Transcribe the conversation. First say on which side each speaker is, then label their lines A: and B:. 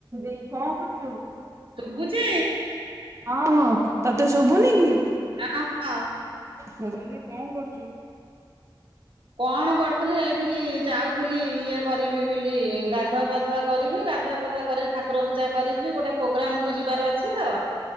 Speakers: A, on the right; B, on the right.
A: ଦେଇ କଣ କରୁଚୁ?
B: ଶୁଭୁଚି?
A: ହଁ ହଁ ତତେ ଶୁଭୁନି କି?
B: ହାଁ ହ।
A: ମୁଁ କହିଲି କଣ କରୁଚୁ?
B: କଣ କରୁଥିଲି ଏଇଠିକି ଯାଉଥିଲି ଇଏ କରିବି ବୋଲି ଗାଧୁଆ ପାାଧୁଆ କରିବି ଗାଧୁଆ ପାଧୁଆ କହିଲି ଠାକୁର ପୂଜା କରିବି ଗୋଟେ ପୋଗ୍ରାମକୁ ଯିବାର ଅଛି ତ